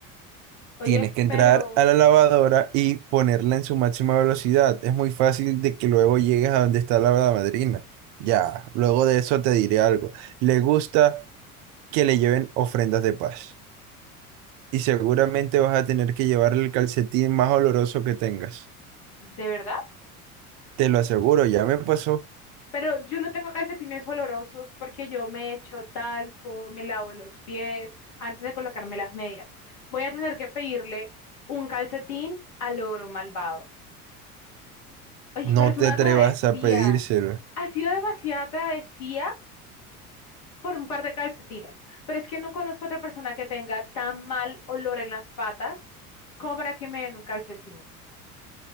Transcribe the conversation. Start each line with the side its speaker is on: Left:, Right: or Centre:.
Left: Oye,
Right: Tienes que entrar
Left: pero,
Right: a la lavadora y ponerla en su máxima velocidad. Es muy fácil de que luego llegues a donde está la hada madrina. Ya, luego de eso te diré algo. Le gusta que le lleven ofrendas de paz. y seguramente vas a tener que llevarle el calcetín más oloroso que tengas.
Left: ¿de verdad?
Right: Te lo aseguro, ya me pasó.
Left: Pero yo no tengo calcetines olorosos porque yo me echo talco, me lavo los pies antes de colocarme las medias. Voy a tener que pedirle un calcetín al ogro malvado. Ay,
Right: No
Left: pero es
Right: te
Left: una
Right: atrevas
Left: travesía.
Right: a pedírselo.
Left: Ha sido demasiada travesía por un par de calcetines. Pero es que no conozco otra persona que tenga tan mal olor en las patas como para que me den un calcetín.